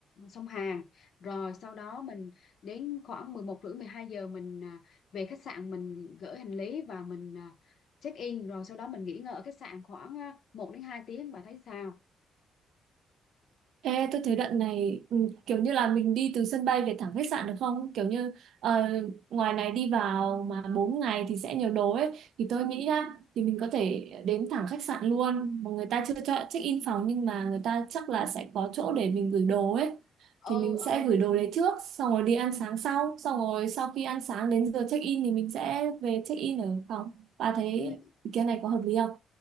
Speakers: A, on the left; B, on the right.
A: sông Hàn rồi sau đó mình đến khoảng 11 rưỡi 12 giờ mình à, về khách sạn mình gửi hành lý và mình à, check in rồi sau đó mình nghỉ ngơi ở khách sạn khoảng uh, 1 đến 2 tiếng bà thấy sao
B: Ê, tôi thấy đoạn này ừ, kiểu như là mình đi từ sân bay về thẳng khách sạn được không? Kiểu như ờ, ngoài này đi vào mà 4 ngày thì sẽ nhiều đồ ấy. Thì tôi nghĩ nhá, thì mình có thể đến thẳng khách sạn luôn. Mà người ta chưa cho check-in phòng nhưng mà người ta chắc là sẽ có chỗ để mình gửi đồ ấy.
A: ừ
B: Thì mình
A: ừ
B: sẽ gửi đồ đấy trước, xong rồi đi ăn sáng sau. Xong rồi sau khi ăn sáng đến giờ check-in thì mình sẽ về check-in ở phòng. Bà thấy
A: Ừ.
B: ý kiến này có
A: Ừ.
B: hợp lý không?